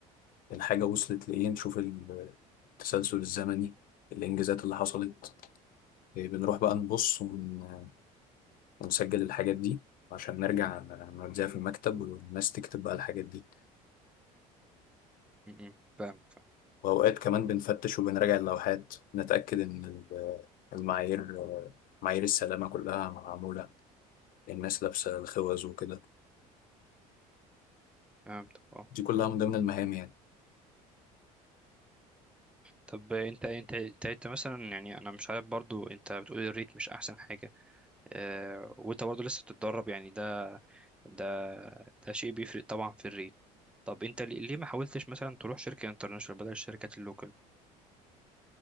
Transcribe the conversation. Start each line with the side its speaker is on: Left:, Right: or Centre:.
Left: الحاجة وصلت لإيه نشوف ال- التسلسل الزمني الإنجازات اللي حصلت إيه بنروح بقى نبص ون- ونسجل الحاجات دي عشان نرجع نوديها في المكتب والناس تكتب بقى الحاجات دي
Centre: م- م. فاهمك فاهم-
Left: وأوقات كمان بنفتش وبنراجع اللوحات نتأكد إن ال- المعايير معايير السلامة كلها معمولة الناس لابسة الخوذ وكده
Centre: فهمتك اه
Left: دي كلها من ضمن المهام يعني
Centre: طب انت انت انت انت مثلا يعني انا مش عارف برضو انت بتقول الريت مش احسن حاجة اه وانت برضو لسه بتتدرب يعني ده ده ده شيء بيفرق طبعا في الريت طب انت ليه ليه ما حاولتش مثلا تروح شركة انترناشونال بدل الشركات اللوكال